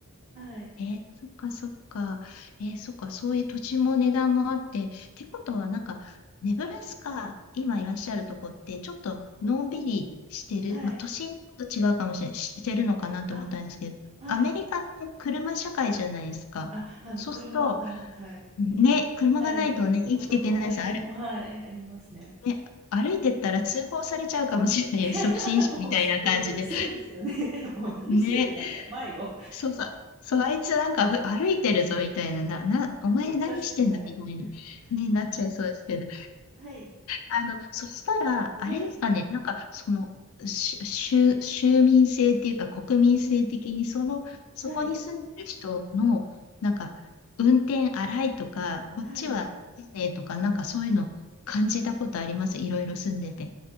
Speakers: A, on the right; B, on the left.
A: はい。
B: えーそっかそっか。えーそっか、そういう土地も値段もあって、ってことはなんか、ネブラスカ、今いらっしゃるとこって、ちょっとのんびりしてる、
A: はい。
B: まあ都心と違うかもしれない、してるのかなと思ったんですけど、
A: あ、はい。
B: アメリカって車社会じゃないですか。
A: あ、はい。もう車がないと。
B: そうすると、
A: はい。
B: ね、車がないとね、
A: はい。
B: 生きていけないし、
A: もうどこも行け、
B: あれ、
A: もう、はい。ありますね。
B: ね、歩いてったら通報されちゃうかもしれない。
A: <laughs>
B: <laughs> 初心者みたいな感じで。
A: もう、もうそうですよね。<laughs> もう何してるのみたいな。
B: ね、
A: 迷子。
B: そうさ、そう、あいつなんかふ歩いてるぞみたいな、な、な、
A: <laughs>
B: お前何してんだみたいに、
A: もう確かに、はい。
B: ね、なっちゃいそうですけど。
A: もう、はい。
B: あの、そしたら、あれですかね、
A: はい。
B: なんか、その、し州、州民性っていうか、国民性的に、その、そこに住んでる人の、
A: はい。
B: なんか、運転荒いとか、こっちは丁寧とか、
A: はい。はい。
B: なんかそういうの感じたことあります。いろいろ住んでて。